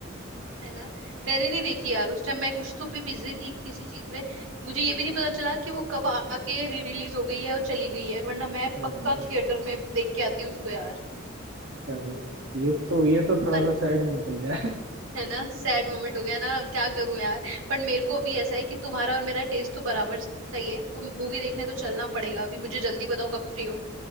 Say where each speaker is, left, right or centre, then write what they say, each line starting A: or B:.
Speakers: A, on the right (about 90°); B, on the right (about 70°).
A: है ना मैंने नहीं देखी यार उस टाइम मैं कुछ तो भी बिजी थी किसी चीज में मुझे ये भी नहीं पता चला कि वो कब आके री रिलीज हो गई है और चली गई है वरना मैं
B: अरे
A: पक्का थिएटर में देख के आती उसको यार
B: अरे ये तो ये तो थोड़ा
A: पर
B: सा सैड मूड हो गया
A: है ना सैड मोमेंट हो गया ना क्या करूं यार पर मेरे को अभी ऐसा है कि तुम्हारा और मेरा टेस्ट तो बराबर सही है तो मूवी देखने तो चलना पड़ेगा अभी मुझे जल्दी बताओ कब फ्री हो